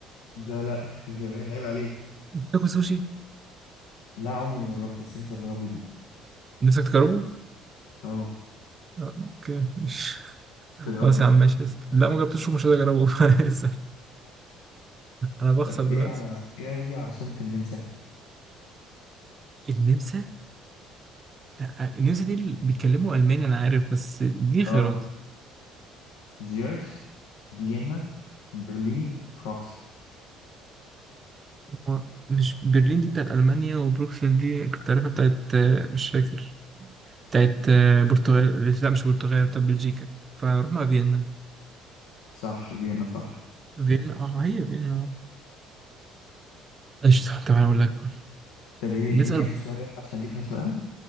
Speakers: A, on the left; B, on the right.
A: لا لا اليابان عيب عليك
B: أنت بتاكل سوشي
A: لا عمري ما جربته بس نفسي أجربه جدا
B: نفسك تجربه؟
A: اه
B: آه، أوكي مش
A: أنت جربته؟
B: خلاص يا عم ماشي اسف. لا ما جبتوش ومش هقدر أجربه <laughs> اسف أنا بخسر
A: طب
B: دلوقتي
A: ايه ع- ايه هي عاصمة النمسا؟
B: النمسا؟ لا النمسا دي اللي بيتكلموا ألماني أنا عارف بس دي خيارات
A: اه زيورخ فيينا برلين بروكسل
B: هو مش برلين دي بتاعت ألمانيا وبروكسل دي كنت عارفها بتاعت آه، مش فاكر بتاعت آه، برتغال لا مش برتغال بتاعت بلجيكا فرحنا فيينا
A: صح فيينا صح
B: فيينا اه هي فيينا اه قشطة طب أنا أقول لك بقى.
A: طب ايه
B: نسأل
A: اديني اخر سؤال يلا عشان اديك اخر سؤال